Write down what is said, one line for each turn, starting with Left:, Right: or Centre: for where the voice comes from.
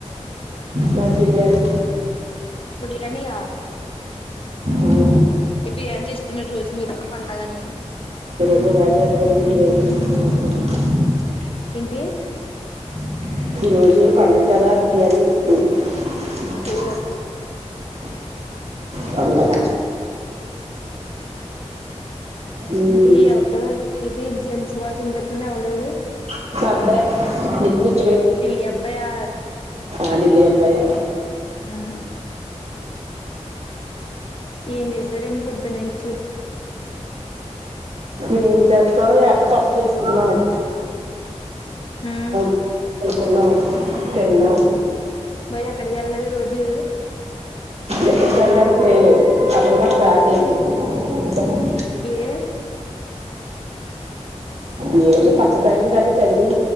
Right: మాది బిర్యాని
Left: బిర్యానియా
Right: అవును
Left: ఏ బిర్యానీ చేసుకున్న రోజు మీరు పండగనీ
Right: ఈరోజు ఉగాది కదా మరి బిర్యాని <unintelligible>
Left: ఏంటి
Right: అ ఈ రోజు పండగ కదా బిర్యాని <unintelligible>
Left: ఓ
Right: పండగ ఉమ్
Left: ఇంటి ఎవర్దు ఇది జెంస్ వా తంబత్తన్నా ఎవడడు
Right: <unintelligible>
Left: ఢిల్లీ అబ్బాయా
Right: ఆ ఢిల్లీ అబ్బాయ
Left: ఆహ ఏం చేసరండి పొద్దున్న నుంచి
Right: ఏం చేస్తాం ఏప్ పట్ చేసుకున్నావు
Left: ఆ
Right: <inaudible> కోకున్నా తిన్నాం
Left: మరి అక్కడికి వెళ్ళదు రోజు
Right: ఎ జనికి పదమకు దారి లే <unintelligible>
Left: ఏ
Right: ఏ అంటి పక్కింటి వాళ్ళ